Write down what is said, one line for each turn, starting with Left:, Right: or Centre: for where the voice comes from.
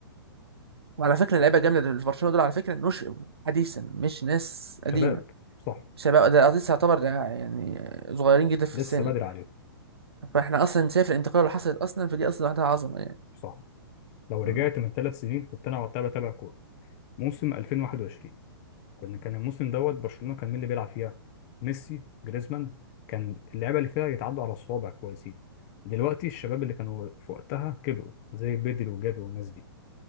Right: وعلى فكرة اللعيبة الجامدة اللي في برشلونة دول على فكرة نشئوا حديثا مش ناس
Left: شباب
Right: قديمة
Left: صح
Right: شباب ده قصدي تعتبر ده يعني صغيرين جدا في
Left: لسه
Right: السن
Left: بدري عليهم
Right: فاحنا اصلا شايف الانتقال اللي حصلت اصلا فدي اصلا لوحدها عظمه يعني
Left: صح لو رجعت
Right: م.
Left: من ثلاث سنين كنت انا وقتها بتابع كوره موسم 2021 كنا كان الموسم دوت برشلونه كان مين اللي بيلعب فيها ميسي جريزمان كان اللعيبه اللي فيها يتعدوا على الصوابع كويسين دلوقتي الشباب اللي كانوا في وقتها كبروا زي بيدري وجافي والناس دي